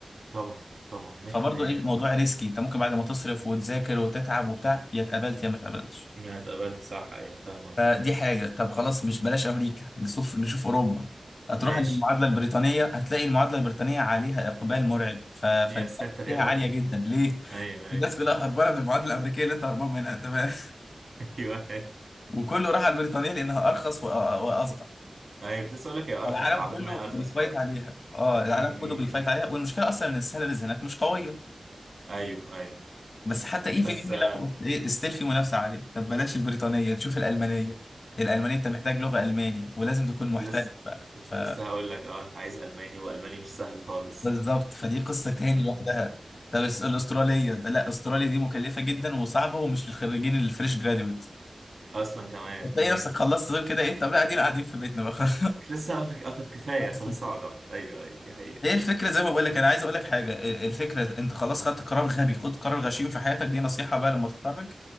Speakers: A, on the right; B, on the left.
A: طبعا طبعا 100%
B: فبرضه ايه الموضوع
A: طبعا
B: ريسكي انت ممكن بعد ما تصرف وتذاكر وتتعب وبتاع يا اتقبلت يا ما اتقبلتش
A: يا اتقبلت صح ايوه فاهم قصدي
B: فدي
A: فاهم
B: حاجة
A: قصدي
B: طب خلاص مش بلاش أمريكا نشوف نشوف أوروبا هتروح
A: ماشي
B: المعادلة البريطانية هتلاقي المعادلة البريطانية عليها إقبال مرعب ف... فالمنافسة
A: يا ساتر
B: فيها
A: يا رب
B: عالية جدا ليه؟
A: ايوه
B: <laughs>
A: ايوه
B: الناس كلها
A: ايوه
B: هربانة من المعادلة الأمريكية اللي أنت هربان منها أنت فاهم؟
A: <laughs> ايوه ايوه
B: <laughs> وكله راح على البريطانية لأنها أرخص وأ... وأصغر
A: أيوة، كنت لسه اقول لك هي ارخص
B: العالم
A: اعتقد
B: كله
A: ان هي
B: بيفايت
A: ارخص فعلا
B: عليها اه العالم
A: امم
B: كله
A: أمم،
B: بيفايت
A: أمم.
B: عليها والمشكله اصلا ان السالاريز هناك مش قويه
A: ايوه ايوه
B: بس حتى ايفن
A: بس
B: يعني
A: آه،
B: لو ايه ستيل في منافسه عاليه طب بلاش البريطانيه نشوف الالمانيه الالمانيه انت محتاج لغه الماني ولازم تكون محترف
A: لسه
B: بقى
A: كنت
B: ف
A: لسه هقول لك اه انت عايز الماني والماني مش سهل خالص
B: بالظبط فدي قصة تاني
A: امم
B: لوحدها طب الس- الأسترالية لا أستراليا دي مكلفة جدا وصعبة ومش للخريجين اللي فريش جراديويت
A: اصلا كمان
B: هتلاقي
A: امم
B: نفسك خلصت دول كده ايه طب لا قاعدين قاعدين في بيتنا بقى <laughs>
A: كنت لسه هقول لك اه طب كفايه
B: بس
A: خلاص
B: كده
A: اقعد اقعد ايوه ايوه دي حقيقه
B: ايه الفكرة زي ما بقول لك انا عايز اقول لك حاجة ال- الفكرة انت خلاص خدت قرار غبي خد قرار غشيم في حياتك دي نصيحة بقى لما تتخرج